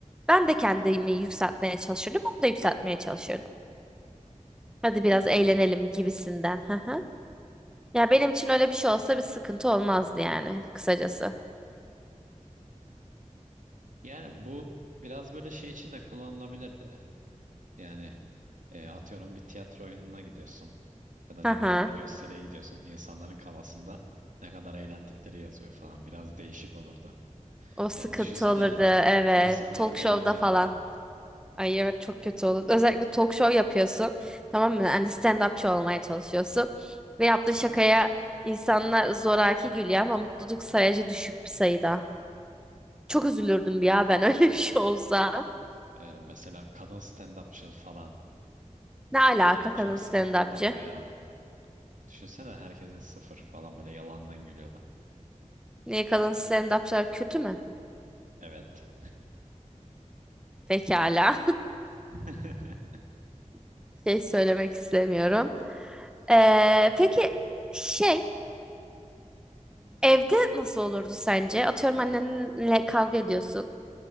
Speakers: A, in the centre; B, on the right.
A: Ben de kendimi yükseltmeye çalışırdım, onu da yükseltmeye çalışırdım. Hadi biraz
B: Hmm.
A: eğlenelim gibisinden. Hı hı. Ya benim için öyle bir şey olsa bir sıkıntı olmazdı yani kısacası.
B: Yani bu biraz böyle şey için de kullanılabilirdi. Yani e, atıyorum bir tiyatro oyununa gidiyorsun ya da ne
A: Hı hı.
B: bileyim bir gösteriye gidiyorsun. İnsanların kafasında ne kadar eğlendikleri yazıyor falan. Biraz değişik olurdu.
A: O sıkıntı
B: Yani düşünsene
A: olurdu evet.
B: insanların
A: Talk
B: eğlenmediğini.
A: show'da falan. Ay evet çok kötü olur. Özellikle talk show yapıyorsun. Tamam mı? Hani stand-upçı olmaya çalışıyorsun. Ve yaptığın şakaya insanlar zoraki gülüyor ama mutluluk sayacı düşük bir sayıda. Çok üzülürdüm ya ben <laughs> öyle bir şey olsa.
B: Ee, mesela kadın stand-upçı falan.
A: Ne alaka
B: Yani
A: kadın
B: çok
A: stand-upçı?
B: sıkıntı olurdu ya. Düşünsene herkesin sıfır falan böyle yalandan gülüyorlar.
A: Niye kadın stand-upçılar kötü mü?
B: Evet.
A: Pekala.
B: <laughs>
A: <laughs> Şey söylemek istemiyorum. Ee, peki şey evde nasıl olurdu sence? Atıyorum annenle kavga ediyorsun.